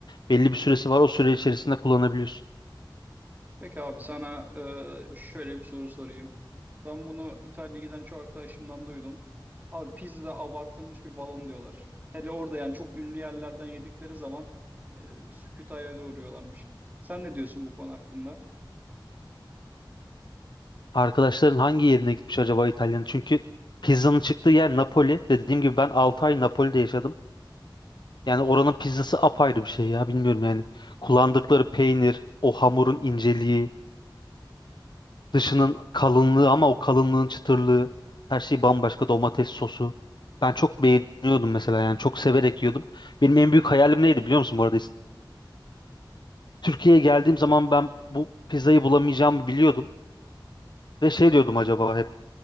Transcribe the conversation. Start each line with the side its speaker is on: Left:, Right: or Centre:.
Left: Belli bir süresi var. O süre içerisinde kullanabiliyorsun.
Right: Peki abi sana e, şöyle bir soru sorayım. Ben bunu İtalya'ya giden çoğu arkadaşımdan duydum. Abi pizza abartılmış bir balon diyorlar. Hele orada yani çok ünlü yerlerden yedikleri zaman e, sükût hayale uğruyorlarmış. Sen ne diyorsun bu konu hakkında?
Left: Arkadaşların hangi yerine gitmiş acaba İtalya'nın? Çünkü pizzanın çıktığı yer Napoli. Dediğim gibi ben 6 ay Napoli'de yaşadım. Yani oranın pizzası apayrı bir şey ya bilmiyorum yani. Kullandıkları peynir, o hamurun inceliği, dışının kalınlığı ama o kalınlığın çıtırlığı, her şey bambaşka domates sosu. Ben çok beğeniyordum mesela yani çok severek yiyordum. Benim en büyük hayalim neydi biliyor musun bu arada? Türkiye'ye geldiğim zaman ben bu pizzayı bulamayacağımı biliyordum. Ve şey diyordum acaba hep.